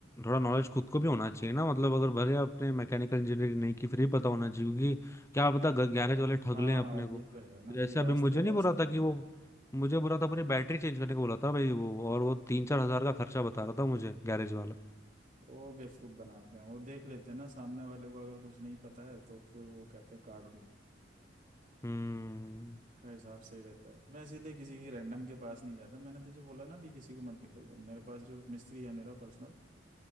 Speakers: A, on the left; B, on the right.
A: थोड़ा नॉलेज खुद को भी होना चाहिए ना मतलब अगर भले आपने मैकेनिकल इंजीनियरिंग नहीं की फिर भी पता होना चाहिए क्योंकि क्या पता गैरेज वाले ठग
B: हाँ
A: लें अपने को
B: ये तो है ना
A: जैसे
B: कई रास्ते
A: अभी मुझे
B: वास्ते
A: नहीं बोला था
B: हैं।
A: कि वो मुझे बोला था अपनी बैटरी चेंज करने को बोला था भाई वो और वो तीन चार हजार का खर्चा बता रहा था मुझे गैरेज वाला
B: वो बेवकूफ बनाते हैं वो देख लेते हैं ना सामने वाले को अगर कुछ नहीं पता है तो फिर वो कहते हैं काट दो
A: हम्म
B: का हिसाब सही रहता है मैं इसीलिए किसी की रैंडम के पास नहीं जाता मैंने तुझे बोला ना भी किसी को मत दिखाइए मेरे पास जो मिस्त्री है मेरा पर्सनल